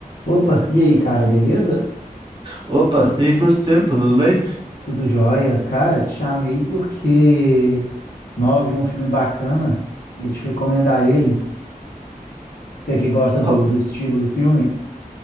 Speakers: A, on the left (about 75°); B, on the right (about 30°).
A: Opa, e aí, cara, beleza?
B: Opa, e aí, quanto tempo, tudo bem?
A: Tudo jóia? Cara, te chamei porque nós vi um filme bacana e eu te recomendar ele. Você que gosta
B: Qual-
A: do, do estilo do filme,